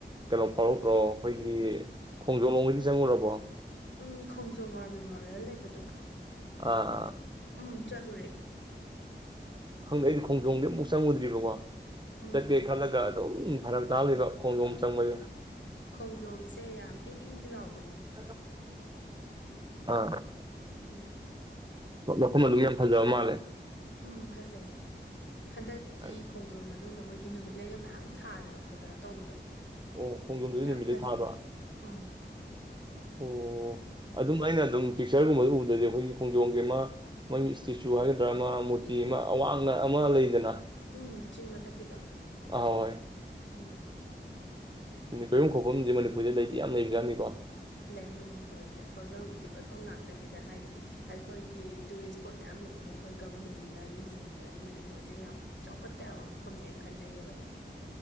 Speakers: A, on the right; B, on the left.
A: ꯀꯩꯅꯣ ꯐꯥꯎꯔꯛꯇ꯭ꯔꯣ ꯑꯩꯈꯣꯏꯒꯤ ꯈꯣꯡꯖꯣꯝ ꯂꯣꯝꯒꯤꯗꯤ ꯆꯪꯉꯨꯔꯕꯣ
B: ꯎꯝ ꯈꯣꯡꯖꯣꯝ ꯋꯥꯔ ꯃꯦꯃꯣꯔꯤꯌꯦꯜ ꯂꯩꯕꯗꯨꯔꯥ
A: ꯑꯥ ꯑꯥ
B: ꯎꯝ ꯆꯠꯂꯨꯔꯦ
A: ꯈꯪꯗꯦ ꯑꯩꯗꯤ ꯈꯣꯡꯖꯣꯝꯗꯤ ꯑꯃꯨꯛ ꯆꯪꯉꯨꯗ꯭ꯔꯤꯕꯀꯣ
B: ꯎꯝ
A: ꯆꯠꯀꯦ ꯈꯜꯂꯒ ꯑꯗꯨꯝ ꯐꯔꯛ ꯇꯥ ꯂꯩꯕ ꯈꯣꯡꯖꯣꯝ ꯆꯪꯕꯁꯦ
B: ꯈꯣꯡꯖꯣꯝꯁꯦ ꯌꯥꯝ ꯏꯪ ꯏꯪꯗꯤ ꯂꯥꯎꯕ
A: <unintelligible> ꯑꯥ
B: ꯎꯝ
A: ꯃꯐꯝ ꯑꯗꯨꯒꯤ ꯌꯥꯝ ꯐꯖꯕ ꯃꯥꯜꯂꯦ
B: ꯎꯝ ꯐꯖꯩꯌꯦ ꯍꯟꯗꯛꯀꯤ
A: ꯍꯥꯏꯗꯤ
B: ꯈꯣꯡꯖꯣꯝ ꯃꯅꯨꯡꯗ ꯃꯣꯏ ꯒꯤ ꯅꯨꯃꯤꯠ ꯂꯩꯒ ꯃꯌꯥꯝ ꯊꯥꯗꯅ ꯈꯣꯠꯇꯅ ꯇꯧꯕꯗꯣ
A: ꯑꯣ ꯈꯣꯡꯖꯣꯝꯗꯗꯤ
B: ꯌꯥꯝ
A: ꯅꯨꯃꯤꯠꯩ
B: ꯐꯖꯩ
A: ꯊꯥꯗ꯭ꯔꯥ꯫
B: ꯎꯝ
A: ꯑꯣ ꯑꯗꯨꯝ ꯑꯩꯅ ꯑꯗꯨꯝ ꯄꯤꯛꯆꯔꯒꯨꯝꯕꯗ ꯎꯕꯗꯗꯤ ꯑꯩꯈꯣꯏꯒꯤ ꯈꯣꯡꯖꯣꯝꯒꯤ ꯑꯃ ꯃꯥꯒꯤ ꯏꯁꯇꯦꯆꯨ ꯍꯥꯏꯒꯗ꯭ꯔꯥ ꯑꯃ ꯃꯨꯔꯇꯤ ꯑꯃ ꯑꯋꯥꯡꯅ ꯑꯃ ꯂꯩꯗꯅ꯫
B: ꯎꯝ ꯆꯤꯡ ꯃꯊꯛꯀꯤꯗꯣ
A: ꯑ ꯍꯣꯏ
B: ꯎꯝ
A: ꯀꯣꯏꯨꯝ ꯈꯣꯛꯐꯝꯁꯦ ꯃꯅꯤꯄꯨꯔꯗꯩ ꯂꯩꯗꯤ ꯌꯥꯝ ꯂꯩꯕ꯭ꯔꯥꯅꯤꯀꯣ꯫
B: ꯂꯩ ꯃꯅꯤꯄꯨꯔꯁꯦ ꯀꯣꯏꯐꯝꯒꯤꯗꯤ ꯀꯣꯏꯐꯝ ꯉꯥꯛꯇꯅꯤꯗ ꯍꯥꯏꯗꯤ ꯑꯩꯈꯣꯏꯒꯤ ꯇꯨꯔꯤꯁ ꯏꯁꯄꯣꯠ ꯃꯌꯥꯝ ꯂꯩꯕꯅꯤꯅ ꯑꯩꯈꯣꯏ ꯒꯕꯔꯃꯦꯟꯅ ꯌꯦꯡꯁꯤꯟꯕꯤꯔꯗꯤ ꯃꯅꯤꯄꯨꯔꯁꯦ ꯌꯥꯝ ꯆꯥꯎꯈꯠꯄ ꯌꯥꯕ ꯃꯐꯝꯅꯦꯅ ꯈꯟꯖꯩꯌꯦꯕ ꯑꯩꯗꯤ꯫